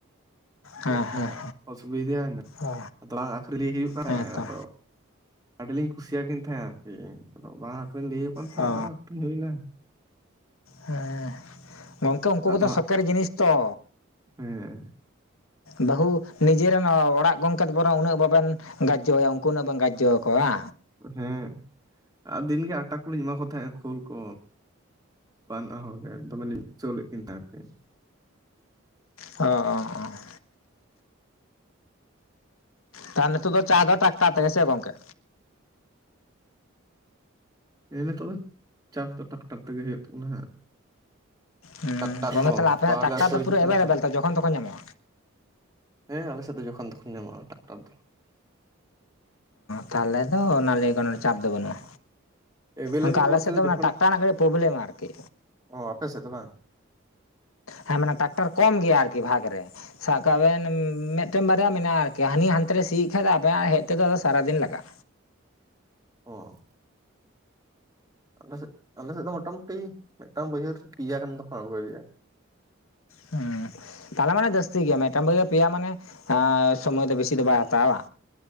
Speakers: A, on the left; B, on the right.
A: ᱦᱮᱸ
B: ᱠᱟᱹᱡ ᱦᱟᱸᱜ
A: ᱦᱮᱸ
B: ᱚᱥᱩᱵᱤᱫᱷᱟᱱᱟ᱾
A: ᱚ
B: ᱛᱚᱲᱟ ᱟᱹᱠᱷᱨᱤᱧ ᱦᱩᱭᱩᱜ ᱠᱟᱱᱟ
A: ᱦᱮᱸᱛᱚ
B: ᱟᱫᱚ᱾ ᱟᱹᱰᱤᱞᱤᱧ ᱠᱩᱥᱤᱭᱟᱠᱤᱱ ᱛᱟᱦᱮᱸᱱᱟ ᱟᱨᱠᱤ᱾ ᱟᱫᱚ ᱵᱟᱝ ᱟᱹᱨᱤᱧ ᱞᱟᱹᱭ ᱦᱩᱭᱩᱜ ᱠᱟᱱ ᱛᱟᱦᱮᱸᱱᱟ᱾
A: ᱚ
B: ᱟᱫᱚ ᱟᱹᱟᱹᱧ ᱦᱩᱭᱱᱟ᱾
A: ᱦᱮᱸ, ᱜᱚᱝᱠᱮ ᱩᱱᱠᱩ
B: ᱟᱫᱚ
A: ᱠᱚᱫᱚ ᱥᱚᱠᱮᱨᱤ
B: ᱦᱟᱸᱜ
A: ᱡᱤᱱᱤᱥ ᱛᱚ᱾
B: ᱦᱮᱸ
A: ᱵᱟᱹᱦᱩ ᱱᱤᱡᱮᱨᱮᱱ ᱚᱲᱟᱜ ᱜᱚᱝᱠᱮ ᱵᱚᱨᱚᱝ ᱩᱱᱟᱹᱜ ᱵᱟᱵᱮᱱ ᱜᱟᱡᱚᱭᱟ ᱩᱱᱠᱩ ᱩᱱᱟᱹᱜ ᱵᱟᱝ ᱜᱟᱡᱚᱣᱟ᱾
B: ᱦᱮᱸ, ᱟᱨ ᱫᱤᱱᱜᱮ ᱟᱴᱟ ᱠᱚᱞᱤᱧ ᱮᱢᱟ ᱠᱚ ᱛᱟᱦᱮᱸᱱᱟ ᱠᱷᱳᱞ ᱠᱚ᱾ ᱵᱟᱱᱟ ᱦᱚᱲᱜᱮ ᱫᱚᱢᱮᱞᱤᱧ ᱪᱷᱟᱹᱳ ᱞᱮᱫ ᱠᱤᱱ ᱛᱟᱦᱮᱸᱧ᱾
A: ᱚ, <unintelligible> ᱛᱟᱦᱚᱞᱮ ᱱᱤᱛᱳ ᱫᱚ ᱪᱟ ᱫᱚ ᱴᱨᱟᱠᱴᱟᱨ ᱛᱮᱜᱮ ᱥᱮ ᱜᱚᱝᱠᱮ?
B: ᱦᱮᱸ <unintelligible> ᱱᱤᱛᱳᱜ ᱫᱚ ᱪᱟᱥ ᱫᱚ ᱴᱟᱠᱴᱟᱨ ᱛᱮᱜᱮ ᱦᱩᱭᱩᱜ ᱛᱟᱵᱚᱱᱟ ᱦᱜ᱾
A: ᱦᱩᱸ
B: ᱴᱨᱟᱠᱴᱟᱨ
A: ᱜᱚᱝᱠᱮ
B: ᱠᱚ
A: ᱛᱟᱦᱚᱞᱮ ᱟᱯᱮ
B: ᱯᱟᱴᱤᱞᱟᱨ
A: ᱴᱨᱟᱠᱴᱟᱨ
B: ᱠᱚ
A: ᱫᱚ
B: ᱦᱤᱡᱩᱜ
A: ᱯᱩᱨᱟᱹ
B: ᱠᱟᱱᱟ
A: ᱮᱵᱮᱞᱮᱵᱮᱞ
B: ᱛᱚ᱾
A: ᱡᱚᱠᱷᱚᱱ ᱛᱚᱠᱷᱚᱱ ᱧᱟᱢᱚᱜᱼᱟ
B: ᱦᱮᱸ ᱟᱞᱮ ᱥᱮᱫ ᱫᱚ ᱡᱚᱠᱷ ᱛᱚᱠᱷᱚᱱ ᱧᱟᱢᱚᱜᱼᱟ ᱴᱟᱠᱴᱟᱨ ᱫᱚ᱾
A: ᱛᱟᱦᱚᱞᱮ ᱫᱚ ᱚᱱᱟ ᱞᱟᱹᱭ ᱠᱟᱱᱟ ᱪᱟᱯ ᱫᱚ ᱵᱟᱹᱱᱩᱜᱼᱟ᱾
B: ᱮᱵᱮᱞᱮᱵᱮᱞ
A: ᱚᱱᱠᱟ ᱟᱞᱮ
B: ᱵᱚᱞᱛᱮ
A: ᱥᱮᱫ
B: ᱫᱚ
A: ᱫᱚᱮ,
B: ᱡᱚᱠᱷᱚᱱ
A: ᱴᱟᱠᱴᱟᱨ ᱨᱮᱱᱟᱜ ᱠᱟᱹᱴᱤᱡ ᱯᱨᱚᱵᱞᱮᱢ ᱟᱨᱠᱤ᱾
B: ᱚ ᱟᱯᱮ ᱥᱮᱫ ᱫᱚ ᱵᱟᱝ?
A: ᱦᱮᱸ ᱢᱟᱱᱮ, ᱴᱨᱟᱠᱴᱟᱨ ᱠᱚᱢ ᱜᱮᱭᱟ ᱟᱨᱠᱤ ᱵᱷᱟᱜ ᱨᱮ᱾ ᱥᱟᱵ ᱠᱟᱜ ᱵᱮᱱ ᱢᱤᱫᱴᱮᱱ ᱵᱟᱨᱭᱟ ᱢᱮᱱᱟᱜᱼᱟ ᱟᱨᱠᱤ᱾ ᱦᱟᱹᱱᱤ ᱦᱟᱱᱛᱮ ᱨᱮ ᱥᱤᱭᱮᱫ ᱠᱷᱟ ᱟᱵᱮᱱᱟᱜ ᱦᱮᱡ ᱛᱮᱫᱚ ᱥᱟᱨᱟᱫᱤᱱ ᱞᱟᱜᱟᱜᱼᱟ᱾
B: ᱚ, ᱟᱞ ᱥᱮᱫ, ᱟᱞᱮ ᱥᱮᱫ ᱫᱚ ᱢᱚᱴᱟᱢᱩᱴᱤ ᱢᱤᱫᱴᱟᱝ ᱵᱟᱹᱭᱦᱟᱹᱲ ᱯ ᱤᱭᱟᱹ ᱠᱷᱟᱱ ᱫᱚ ᱟᱬᱜᱚᱭ ᱜᱮᱭᱟ᱾
A: ᱦᱸ ᱛᱟᱦᱚᱞᱮ ᱢᱟᱱᱮ ᱡᱟᱹᱥᱛᱤ ᱜᱮᱭᱟ᱾ ᱢᱤᱫᱴᱟᱝ ᱵᱟᱹᱭ ᱯᱮᱭᱟ ᱢᱟᱱᱮ ᱥᱚᱢᱚᱭ ᱫᱚ ᱵᱮᱥᱤ ᱫᱚ ᱵᱟᱭ ᱦᱟᱛᱟᱣᱟ᱾